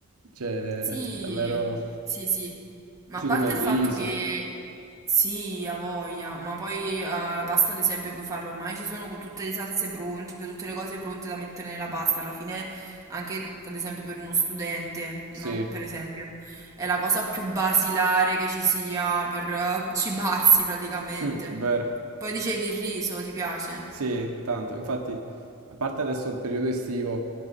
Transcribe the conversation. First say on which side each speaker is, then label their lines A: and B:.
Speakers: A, on the right; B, on the right.
A: Cioè,
B: Sì,
A: davvero
B: sì, sì. Ma
A: così
B: a parte
A: come il
B: il
A: riso.
B: fatto che sì, ha voglia, ma poi ah, la pasta ad esempio puoi farlo, ormai ci sono co- tutte le salse pronte, tutte le cose pronte da mettere nella pasta, alla fine anche ad esempio per uno studente,
A: Sì,
B: no?
A: <laughs> è
B: Per esempio, è la cosa più basilare che ci sia per eh, cibarsi praticamente.
A: vero.
B: Poi dicevi il riso, ti piace?
A: Sì, tanto. Infatti, a parte adesso il periodo estivo,